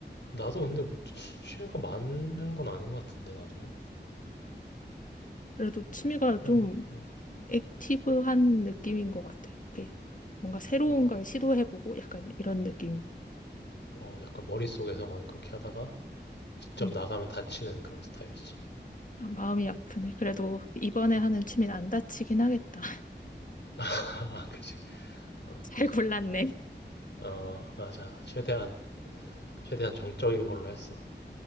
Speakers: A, on the left; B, on the left.
A: 나도 근데 뭐 취- 취미가 많은 건 아닌 것 같은데 나도
B: 그래도 취미가
A: 그냥
B: 좀
A: 음,
B: 액티브한 느낌인 것 같아. 이게 뭔가 새로운
A: 어,
B: 걸 시도해보고 약간 이런 느낌.
A: 어, 약간 머릿속에서만 그렇게 하다가 직접
B: 음.
A: 나가면 다치는 그런 스타일이지.
B: 아, 마음이 아프네. 그래도 이번에 하는
A: 어,
B: 취미는 안 다치긴 하겠다.
A: <laughs> 아, 그지. 어,
B: 잘
A: 그지.
B: 골랐네.
A: 어, 맞아. 최대한 최대한 정적인 걸로 했어.